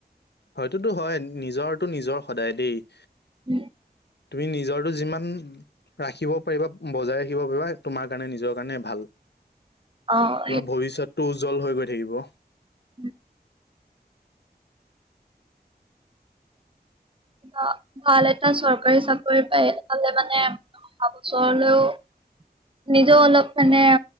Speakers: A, on the left; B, on the right.
A: হয়টোতো হয় নিজৰটো নিজৰ সদায় দেই।
B: উম।
A: তুমি নিজৰটো যিমান। ৰাখিব পাৰিবা বজাই ৰাখিব পাৰিবা তোমাৰ কাৰণে নিজৰ কাৰণে ভাল।
B: অ'
A: তোমাৰ ভৱিষ্যতটো উজ্জ্বল হৈ গৈ থাকিব।
B: উম। অ' ভাল এটা চৰকাৰী চাকৰি পায় পালে মানে <unintelligible> নিজেও অলপ মানে